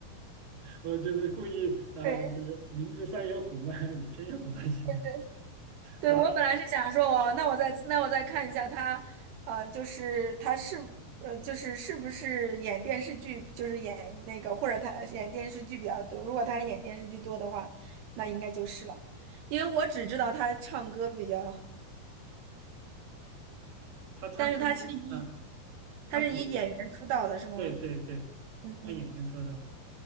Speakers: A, on the right (about 60°); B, on the right (about 85°).
A: 我就是故意呃，
B: 对
A: 名字上有虎嘛，你偏要虎山行
B: 对对，对我本来是想说我那我再那我再看一下他，
A: 啊，
B: 呃，就是他是呃就是是不是演电视剧，就是演那个或者他演电视剧比较多。如果他演电视剧多的话，那应该就是了，因为我只知道他唱歌比较，
A: 他唱歌啊，
B: 但是他是一他是以演员出道的是吗？
A: 他读对对对，
B: 嗯嗯，
A: 他演员说到了。